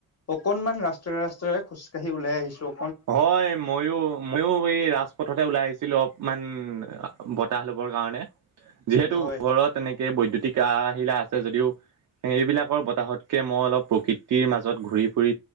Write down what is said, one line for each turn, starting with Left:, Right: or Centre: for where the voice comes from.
Left: অকনমান ৰাস্তাৰে, ৰাস্তাৰে খোজকাঢ়ি ওলাই আহিছোঁ।
Right: হয়, ময়ো, ময়ো এই ৰাজপথতে ওলাই আহিছিলোঁ অপ মান বতাহ ল'বৰ কাৰণে, যিহেতু
Left: হয়
Right: ঘৰত এনে বৈদ্যুতিক আহিলা আছে যদিও সেইবিলাকৰ বতাহতকে মই অলপ প্ৰকৃতিৰ মাজত ঘূৰি, ফুৰি